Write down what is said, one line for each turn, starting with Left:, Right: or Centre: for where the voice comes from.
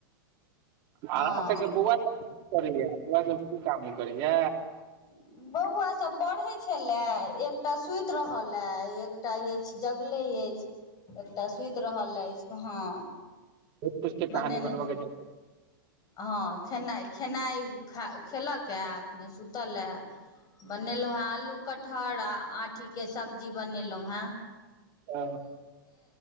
Right: अहाँ
Left: हँ
Right: सभके बौआ सभ की करैए? बौआ सभ कीछो काम नहि करैये?
Left: ई बौआ सब पढ़ै छले एकटा सुति रहल ए एकटा अछि जगले अछि। एकटा सुति रहल अछि हँ।
Right: <unintelligible> के कहानी
Left: बनेने
Right: बनबऽ के चलते।
Left: हँ खेनाइ खेनाइ खा खेलक ए आ एखने सुतल ए। बनेलहुँ हेँ आलू कटहर आ आँठी के सब्जी बनेलहुँ हें।
Right: <inaudible>